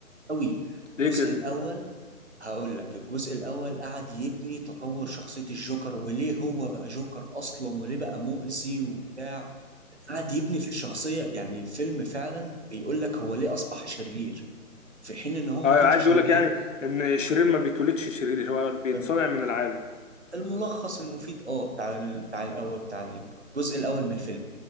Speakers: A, on the right; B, on the left.
A: قوي
B: ليه
A: الجزء
B: كده
A: الأول هقول لك الجزء الاول قعد يبني تطور شخصيه الجوكر وليه هو بقى جوكر اصلا وليه بقى مؤذي وبتاع قعد يبني في الشخصيه يعني الفيلم فعلا بيقول لك هو ليه اصبح شرير في حين ان هو
B: اه
A: ما كانش
B: عادي يقول
A: شرير
B: لك يعني ان الشرير ما بيتولدش شرير هو بيتصنع
A: ما ب-
B: من العالم
A: الملخص المفيد اه بتاع ال... بتاع الاول بتاع الجزء الاول من الفيلم